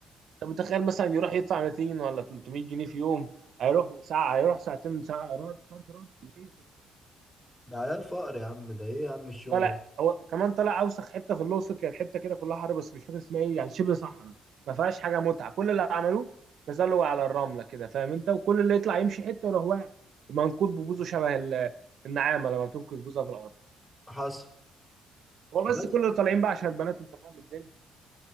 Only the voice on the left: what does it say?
ده عيال فقر يا عم ده ايه يا عم الشغل
ده؟
حصل
بس